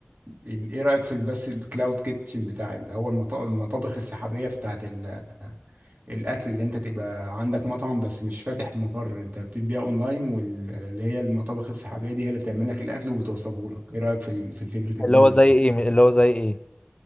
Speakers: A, on the right (about 50°); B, on the left (about 25°).
A: ال... ايه رأيك في بس الكلاود كيتشن بتاع اللي هو المط... المطابخ السحابية بتاعت ال... الاكل اللي انت تبقى عندك مطعم بس مش فاتح مقر انت بتبيع اونلاين واللي هي المطابخ السحابية دي هي اللي بتعمل لك الاكل وبتوصله لك ايه رأيك في ال... في فكرة البيزنس
B: اللي هو زي
A: دي
B: إيه اللي هو زي إيه